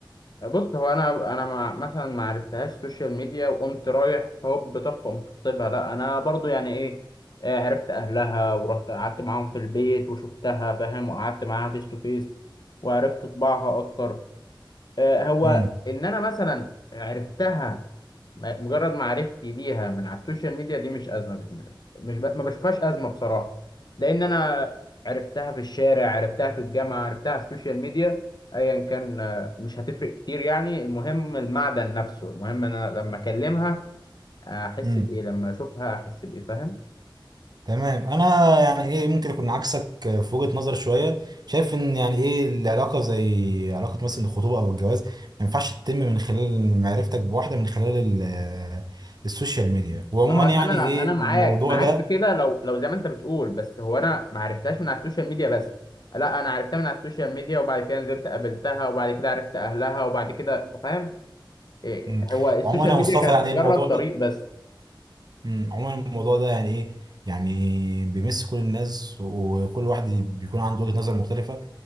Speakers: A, on the left; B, on the right.
A: بص هو انا انا ما مثلا ما عرفتهاش سوشيال ميديا وقمت رايح هوب طخ قمت خطيبها لا انا برضو يعني ايه آه، عرفت اهلها ورحت قعدت معاهم في البيت وشفتها فاهم وقعدت معاها فيس تو فيس وعرفت طباعها اكتر آه، هو
B: امم
A: ان انا مثلا عرفتها م- مجرد معرفتي ليها من على السوشيال ميديا دي مش ازمه بالنسبه لي مش ب... ما بشوفهاش ازمه بصراحه لان انا عرفتها في الشارع عرفتها في الجامعه عرفتها على السوشيال ميديا ايا كان آه، مش هتفرق كتير يعني المهم المعدن نفسه المهم انا لما اكلمها احس
B: امم
A: بايه لما اشوفها احس بايه فاهم
B: تمام انا يعني ايه ممكن اكون عكسك في وجهة نظر شويه شايف ان يعني ايه العلاقه زي علاقه مثلا الخطوبه او الجواز ما ينفعش تتم من خلال معرفتك بواحده من خلال ال- آه، السوشيال ميديا وعموما
A: ما هو انا
B: يعني ايه
A: انا معاك
B: الموضوع
A: معاك
B: ده
A: في كده لو لو زي ما انت بتقول بس هو انا ما عرفتهاش من على السوشيال ميديا بس لا انا عرفتها من على السوشيال ميديا وبعد كده نزلت قابلتها وبعد كده عرفت اهلها وبعد كده انت فاهم إيه،
B: مم.
A: هو السوشيال
B: عموما يا
A: ميديا
B: مصطفى
A: كانت
B: يعني
A: مجرد
B: ايه الموضوع
A: طريق
B: ده
A: بس
B: مم. عموما الموضوع ده يعني ايه يعني بيمس كل الناس وكل واحد بيكون عنده وجهة نظر مختلفه